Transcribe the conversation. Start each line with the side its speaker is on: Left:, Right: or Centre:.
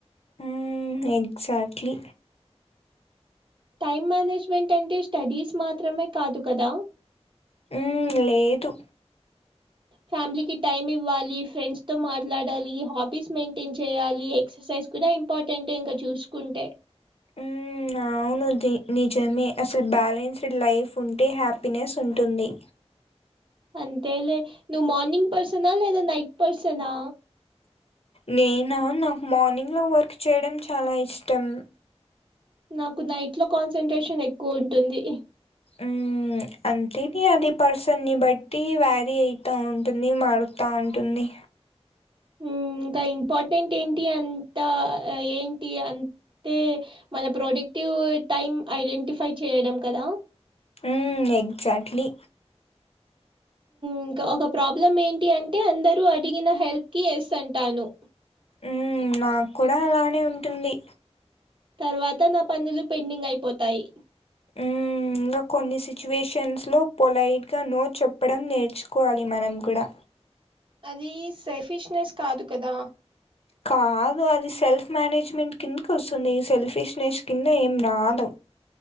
Left: మ్ ఎగజాక్ట్లీ
Right: టైం మేనేజ్మెంట్ అంటే స్టడీస్ మాత్రమే కాదు కదా
Left: మ్ లేదు
Right: ఫ్యామిలీ కి టైమ్ ఇవ్వాలి ఫ్రెండ్స్ తో మాట్లాడాలి హాబీస్ మెయింటైన్ చేయాలి ఎక్సర్సైజ్ కూడా ఇంపార్టెంట్ ఇంకా చూసుకుంటే
Left: మ్ అవును ద్ నిజమే అసలు బ్యాలెన్స్డ్ లైఫ్ ఉంటే హ్యాపీనెస్ ఉంటుంది
Right: అంతెలే నువ్ మార్నింగ్ పర్సనా లేదా నైట్ పర్సనా
Left: నేనా నాకు మార్నింగ్ లో వర్క్ చేయడం చాలా ఇష్టం
Right: నాకు నైట్ లో కాన్సన్ంట్రేషన్ ఎక్కువ ఉంటుంది
Left: హ్మ్ అంతే అది పర్సన్ని బట్టి వ్యారీ అయిత ఉంటుంది మారుత ఉంటుంది
Right: ఉమ్ ఇంకా ఇంపార్టెంట్ ఏంటి అంతా ఏంటి అం తే మన ప్రొడేక్టివ్ టైమ్ ఐడెంటిఫై చేయడం కదా
Left: మ్మ్ ఎగ్జాక్ట్లీ
Right: ఇంకా ఒక ప్రాబ్లం ఏంటి అంటే అందరు అడిగిన హెల్ప్ కి యస్ అంటాను
Left: ఉ నాకు కూడా అలానే ఉంటుంది
Right: తర్వాత నా పనులు పెండింగ్ అయిపోతాయి
Left: హ్మ్ ఇంకా కొన్ని సిచ్యువేషన్స్లో పొలైట్గా నో చెప్పడం నేర్చుకోవాలి మనం కూడా
Right: అది సేఫిష్నెస్ కాదు కదా
Left: కాదు అది సెల్ఫ్ మేనేజ్మెంట్ కిందక వస్తుంది సెల్ఫిష్నెస్ కిందకి ఏం రాదు